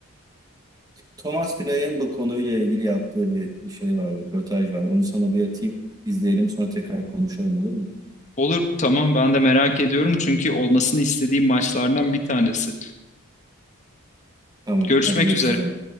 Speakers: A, on the right; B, on the left.
A: Thomas Pynar'ın bu konuyla ilgili yaptığı bir bir şey var, röportaj var. Onu sana bir atayım, izleyelim sonra tekrar konuşalım olur mu?
B: Olur, tamam ben de merak ediyorum çünkü olmasını istediğim maçlardan bir tanesi.
A: Tamam,
B: Görüşmek
A: hadi görüşürüz
B: üzere.
A: o zaman.